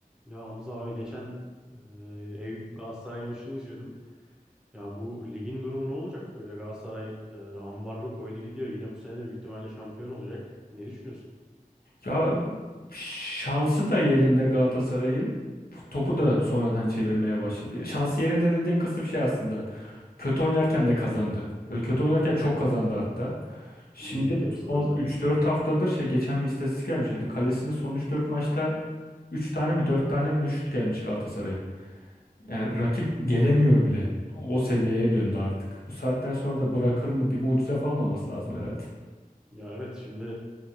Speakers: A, in the centre; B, on the left.
A: Ya Hamza abi geçen e, Eyüp Galatasaray maçını izliyordum. Ya bu ligin durumu ne olacak böyle? Galatasaray e, ambargo koydu gidiyor. Yine bu sene de büyük ihtimalle şampiyon olacak. Ne düşünüyorsun?
B: Ya şansı da yerinde Galatasaray'ın topu da sonradan çevirmeye başladı. Şansı yerinde dediğim kısım şey aslında. Kötü oynarken de kazandı. Böyle kötü oynarken çok
A: <laughs> Hı hı.
B: kazandı hatta. Şimdi
A: Ligin ilk yarısında
B: son
A: özellikle.
B: üç dört haftadır şey geçen bir istatistik gelmiş. Dedi, Kalesine son üç dört maçta üç tane mi 4 tane mi ne şut gelmiş Galatasaray'ın. Yani rakip gelemiyor bile. O seviyeye döndü artık. Bu saatten sonra da bırakır mı bir mucize falan olması lazım herhalde.
A: Ya evet şimdi